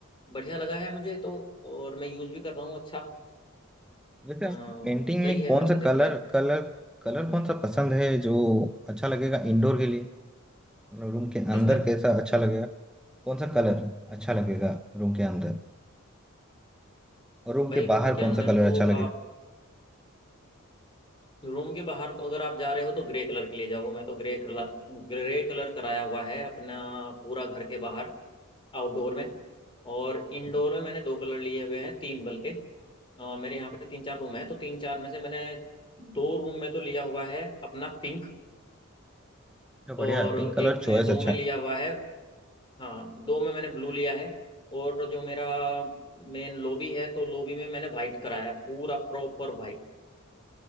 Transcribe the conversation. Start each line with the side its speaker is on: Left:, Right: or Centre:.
Left: बढ़िया लगा है मुझे तो और मैं यूज भी कर रहा हूँ अच्छा
Centre: वैसे
Left: अ,
Centre: आपकी पेंटिंग
Left: सही
Centre: में
Left: है
Centre: कौन
Left: वैसे
Centre: सा
Left: देखा
Centre: कलर
Left: जाए तो
Centre: कलर कलर कौन सा पसंद है जो अच्छा लगेगा इंडोर के लिए मतलब रूम के
Left: किसमें
Centre: अंदर कैसा अच्छा लगेगा कौन सा कलर अच्छा लगेगा रूम के अंदर और रूम
Left: भाई
Centre: के
Left: रूम
Centre: बाहर
Left: के
Centre: कौन
Left: अंदर
Centre: सा कलर
Left: तो
Centre: अच्छा लगेगा
Left: आप रूम के बाहर तो अगर आप जा रहे हो तो ग्रे कलर के ले जाओ मैं तो ग्रे कलर ग्रे कलर कराया हुआ है अपना पूरा घर के बाहर आउटडोर में और
Centre: अच्छा
Left: इंडोर में मैंने दो कलर लिए हुए हैं तीन बल्कि अ, मेरे यहाँ पे तीन चार रूम है तो तीन चार में से मैंने दो रूम में तो लिया हुआ है अपना पिंक और
Centre: बढ़िया है पिंक कलर
Left: एक
Centre: चॉइस
Left: में दो
Centre: अच्छा
Left: में
Centre: है
Left: लिया हुआ है हाँ दो में मैंने ब्लू लिया है और जो मेरा मेन लॉबी है तो लॉबी में मैंने वाइट कराया है पूरा प्रॉपर वाइट